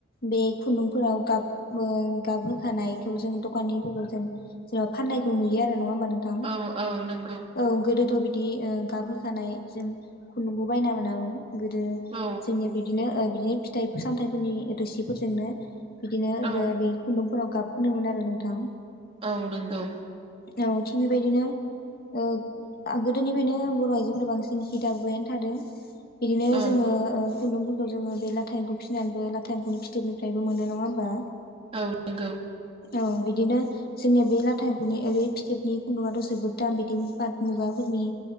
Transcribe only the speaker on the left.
बे खुन्दुंफोराव गाब ओ गाब होखानायखौ जों दखान जेनेबा फाननायखौ नुयो आरो नङा होमबा नोंथां
औ गोदोथ' बिदि ओ गाब होखानाय जों खुन्दुंखौ बायना मोनामोन। गोदो
जोंनिया बिदिनो ओ बिदिनो फिथाइ सामथाइफोरनि रोसिफोरजोंनो बिदिनो
बे खुन्दुंफोराव गाब फोनोमोन आरो नोंथां।
औ थिग बेबायदिनो ओ गोदोनिफ्रायनो बर' आइजोफोरा बांसिन हि दाबुबायानो थादों। बिदिनो
जोङो ओ खुन्दुंफोरखौ जोङो बे लाथा एम्फु फसिनानैबो लाथा एमफौनि फिथोबनिफ्रायबो मोनो नङा होमबा
औ बिदिनो जोंनिया बे लाथा एमफुनि ओरै बनि खुन्दुंआथ' जोबोद दाम बिदि पाथ मुगाफोरनि